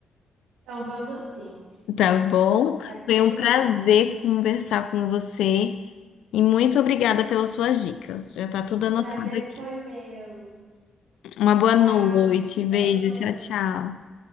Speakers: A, on the right; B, on the left.
A: Então vamos sim,
B: Tá bom?
A: pode
B: Foi
A: deixar.
B: um prazer conversar com você e muito obrigada pelas suas dicas. Já tá tudo
A: O
B: anotado
A: prazer
B: aqui.
A: foi meu.
B: Uma boa
A: Tchau,
B: noite, beijo,
A: boa noite.
B: tchau, tchau.